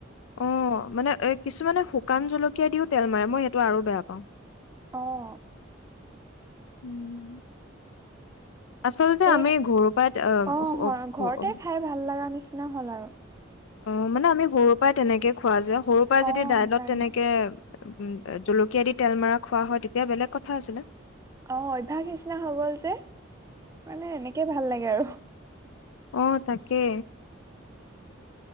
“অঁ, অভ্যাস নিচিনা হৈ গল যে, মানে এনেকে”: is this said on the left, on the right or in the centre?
Right